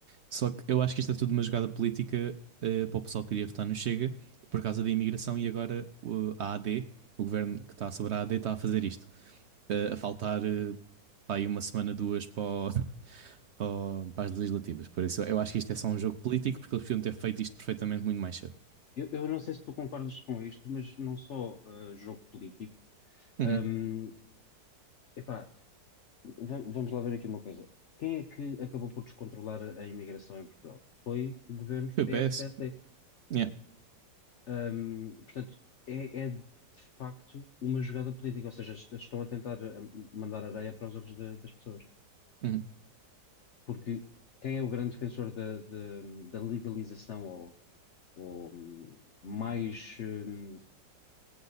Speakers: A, on the right (about 80°); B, on the left (about 55°).
A: Só que eu acho que isto é tudo uma jogada política, eh, para o pessoal que queria votar no Chega por causa da imigração e agora o- a AD, o governo que está sobre a AD, está a fazer isto. Eh, a faltar, eh, pá, aí uma semana, duas para, o- <laughs> para, o- para as legislativas. Por isso eu acho que isto é só um jogo político porque eles podiam ter feito isto perfeitamente muito mais cedo.
B: Eu, eu não sei se tu concordas com isto, mas não só eh, jogo político.
A: Uhum.
B: Hum, epá, va- vamos lá ver aqui uma coisa. Quem é que acabou por descontrolar a, a imigração em Portugal? Foi governos PS,
A: Two PS?
B: PSD.
A: Yeah.
B: Hum, portanto, é, é de facto uma jogada política, ou seja, est- estão a tentar eh, mandar areia para os olhos da- das pessoas.
A: Uhum.
B: Porque quem é o grande defensor da, da- da legalização ou ou hum, mais, hum,